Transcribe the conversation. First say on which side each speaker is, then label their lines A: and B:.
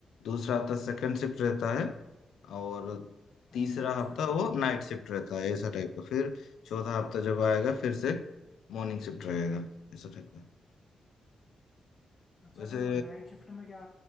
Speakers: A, on the left; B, on the left.
A: दूसरा हफ्ता सेकंड शिफ्ट रहता है और
B: अच्छा
A: तीसरा
B: अच्छा
A: हफ्ता वो नाइट शिफ्ट रहता है ऐसा टाइप का फिर चौथा हफ्ता जब आएगा फिर से मॉर्निंग शिफ्ट रहेगा ऐसा टाइप का
B: अच्छा
A: वैसे
B: तो नाइट शिफ्ट में क्या